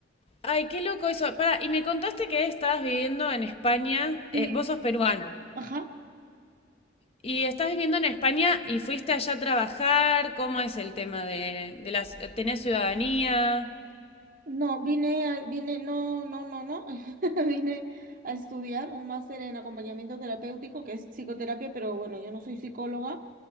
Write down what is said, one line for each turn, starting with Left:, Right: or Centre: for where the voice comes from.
Left: Ay, qué loco eso. Para, y me contaste que estabas viviendo en España,
Right: Sí,
Left: eh, vos sos peruana,
Right: ajá.
Left: y estás viviendo en España y fuiste allá a trabajar, ¿cómo es el tema de, de las, tenés ciudadanía?
Right: No, vine, a- vine, no, no, no, no. <laughs> Vine a estudiar un máster en acompañamiento terapéutico, que es psicoterapia, pero bueno, yo no soy psicóloga,